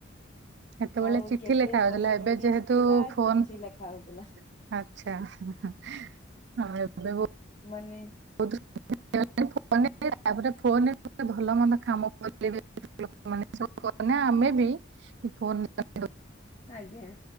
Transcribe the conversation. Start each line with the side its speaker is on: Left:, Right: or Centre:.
Right: ସେତେବେଳେ
Left: ଆଉ
Right: ଚିଠି
Left: କେବେ
Right: ଲେଖା ହଉଥିଲା
Left: ପୋଷ୍ଟ
Right: ଏବେ
Left: ଅଫିସ
Right: ଯେହେତୁ
Left: ଥିଲା
Right: ଫୋନ
Left: ଚିଠି ଲେଖା ହଉଥିଲା
Right: ଆଛା ହୁଁ ହୁଁ ଉଁ ଏବେ ବୋ
Left: ମାନେ
Right: <unintelligible> <unintelligible> ତା ପରେ ଫୋନ ରେ ଭଲ ମନ୍ଦ କାମ। <unintelligible> ମାନେ ଆମେ ବି। <unintelligible>
Left: ଆଜ୍ଞା।